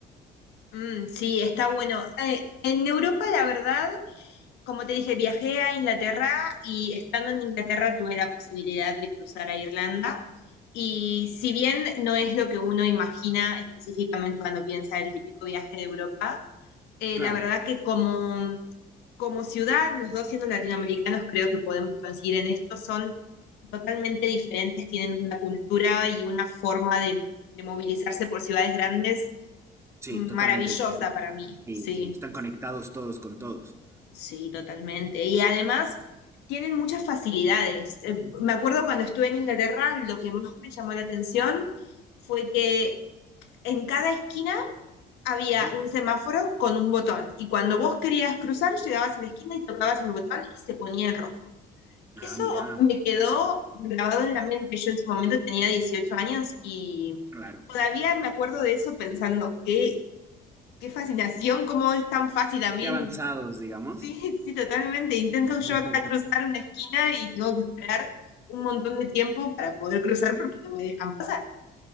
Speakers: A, on the left; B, on the right.
A: Mm, sí, está bueno. Eh, en Europa, la verdad, como te dije, viajé a Inglaterra y estando en Inglaterra tuve la posibilidad de cruzar a Irlanda. Y si bien no es lo que uno imagina específicamente cuando piensa el típico viaje de Europa, eh,
B: Claro,
A: la verdad que como como ciudad, los dos siendo latinoamericanos, creo que podemos coincidir en esto, son totalmente diferentes, tienen una cultura y una forma de, de movilizarse por ciudades grandes
B: sí,
A: maravillosa
B: totalmente diferente.
A: para mí,
B: Sí,
A: sí,
B: sí, están conectados todos con todos.
A: sí, totalmente. Y además tienen muchas facilidades. Eh, Me acuerdo cuando estuve en Inglaterra, lo que más me llamó la atención fue que en cada esquina había
B: Ujú.
A: un semáforo con un botón y cuando vos querías cruzar, llegabas a la esquina y tocabas el botón y se ponía en rojo.
B: Ah,
A: Eso
B: mira,
A: me quedó grabado en la mente. Yo en su momento tenía 18 años y
B: claro.
A: todavía me acuerdo de eso pensando, qué, qué fascinación, cómo es tan fácil a mí.
B: Qué avanzados, digamos.
A: Sí, sí, totalmente. Intento yo
B: <laughs>
A: acá cruzar una esquina y tengo que esperar un montón de tiempo para poder cruzar porque no me dejan pasar. <laughs>